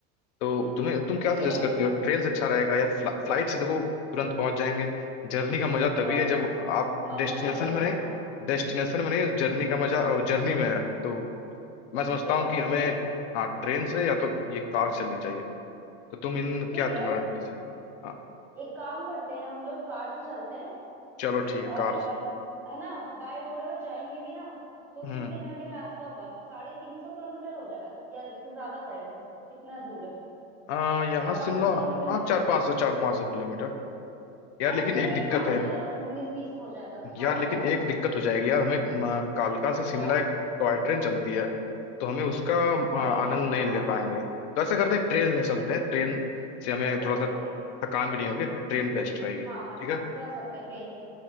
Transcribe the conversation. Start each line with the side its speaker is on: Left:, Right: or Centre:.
Left: तो तुम्हें तुम
Centre: ठीक
Left: क्या सजेस्ट
Centre: है
Left: करती हो ट्रेन से अच्छा रहेगा या फ्ला, फ्लाइट से देखो तुरंत पहुंच जाएंगे जर्नी का मजा तभी
Centre: और
Left: है जब आप
Centre: मजा
Left: डेस्टिनेशन
Centre: नहीं आएगा
Left: में नहीं
Centre: हाँ
Left: डेस्टिनेशन में नहीं जर्नी का मजा जर्नी में है तो मैं समझता
Centre: ये बात
Left: हूँ कि
Centre: तो
Left: हमें
Centre: सही है
Left: हाँ ट्रेन से या तो ये कार से चलनी चाहिए तो तुम इन
Centre: ठीक
Left: क्या
Centre: है
Left: तुम्हारा डिसीजन हाँ
Centre: एक काम करते हैं हम लोग कार से चलते हैं
Left: चलो ठीक है
Centre: और
Left: कार
Centre: है ना बाय रोड अगर जाएंगे भी ना तो
Left: हम्म
Centre: कितने घंटे का रास्ता होगा साढ़े तीन सौ किलोमीटर हो जाएगा या इससे ज्यादा पड़ेगा कितना दूर है
Left: आ, यहाँ
Centre: चार
Left: शिमला
Centre: पाँच सौ किलोमीटर
Left: हाँ चार पाँच सौ चार पाँच सौ किलोमीटर यार
Centre: एस्टिमेट
Left: लेकिन एक दिक्कत
Centre: मान
Left: है
Centre: लेते हैं उन्नीस बीस हो जाएगा
Left: यार
Centre: हाँ बताओ
Left: लेकिन एक दिक्कत हो जाएगी यार हमें अ, कालका से शिमला
Centre: क्या
Left: एक टॉय ट्रेन चलती है तो हमें उसका अ,
Centre: अरे
Left: आनंद
Centre: हाँ
Left: नहीं ले पाएंगे तो ऐसा करते हैं ट्रेन से चलते हैं ट्रेन से हमें
Centre: चलो
Left: थोड़ा सा
Centre: ठीक है
Left: थकान भी नहीं होगी ट्रेन बेस्ट रहेगी
Centre: हाँ हाँ
Left: ठीक है
Centre: चल सकते हैं ट्रेन से